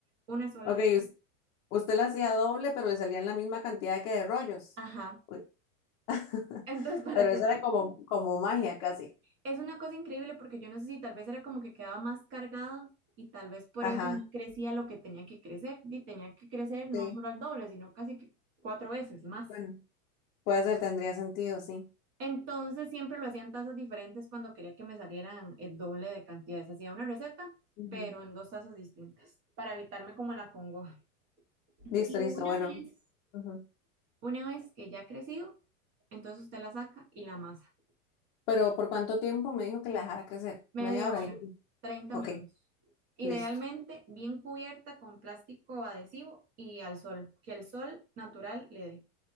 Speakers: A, on the right; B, on the left.
A: una sola
B: Ok,
A: receta.
B: us- usted la hacía doble, pero le salían la misma cantidad que de rollos.
A: Ajá.
B: Uy. <laughs>
A: Entonces, para
B: Pero
A: que
B: esa
A: me,
B: era como, como magia casi.
A: Es una cosa increíble porque yo no sé si tal vez era como que quedaba más cargada y tal vez por
B: Ajá,
A: eso no crecía lo que tenía que crecer. Y tenía que crecer no
B: sí.
A: solo al doble, sino casi que cuatro veces más.
B: Bueno, puede ser, tendría sentido, sí.
A: Entonces siempre lo hacían tazas diferentes cuando quería que me salieran el doble de cantidades. Hacía una receta,
B: Ujú.
A: pero en dos tazas distintas para evitarme como la congoja.
B: Listo,
A: Y
B: listo,
A: una
B: bueno.
A: vez,
B: Ujú.
A: una vez que ya ha crecido, entonces usted la saca y la amasa.
B: Pero ¿por cuánto tiempo me dijo que la dejara crecer?
A: Media
B: Media hora.
A: hora,
B: dijo.
A: treinta
B: Ok,
A: minutos. Idealmente
B: listo.
A: bien cubierta con plástico adhesivo y al sol, que el sol natural le dé.